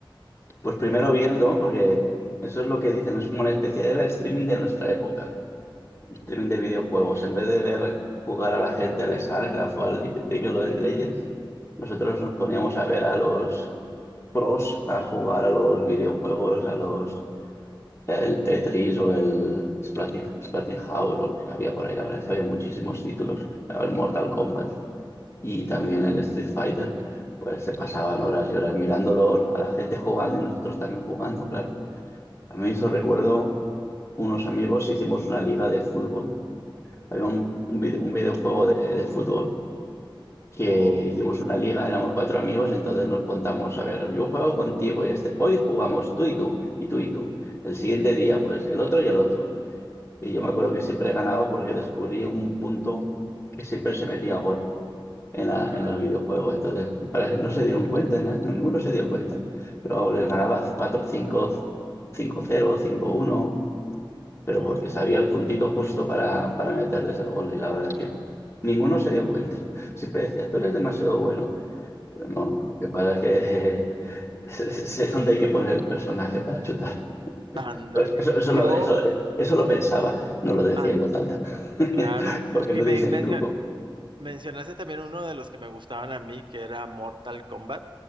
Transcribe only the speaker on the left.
pues primero viendo, porque eso es lo que dicen, es como una especie de live streaming de nuestra época. Streaming de videojuegos. En vez de ver jugar a la gente al StarCraft o al League League of Legends, nosotros nos poníamos a ver a los pros a jugar a los videojuegos, a los el Tetris o el Splatin, House o los que había por ahí. La verdad es que había muchísimos títulos. El Mortal Kombat y también
el Street Fighter. Pues se pasaban horas y horas mirándolo a la gente jugando y nosotros también jugando, claro. A mí eso recuerdo unos amigos, hicimos una liga de fútbol había un, un vide- un videojuego de, de fútbol que
hicimos una liga, éramos cuatro amigos, entonces nos contamos, a ver, yo juego contigo y este, hoy jugamos tú y tú, y tú y tú. El siguiente día, pues el otro y el otro. Y yo me acuerdo que siempre ganaba porque descubrí un punto que siempre se metía gol en la,
en el videojuego. Entonces, parece- no se dieron cuenta, na- ninguno se dio cuenta. Pero vamos, les ganaba 4 cinco 5-0, cinco uno pero
porque sabía el puntito justo para, para meterles el gol. Y la verdad es que ninguno se dio cuenta. Siempre decía, tú eres demasiado bueno. Pero no, lo que pasa es que <laughs> sé dónde hay que poner el personaje para chutar.
Pues Eso,
eso, lo, eso, eso lo pensaba, no lo decía
en voz alta, <laughs>
porque
no
dice
mi truco.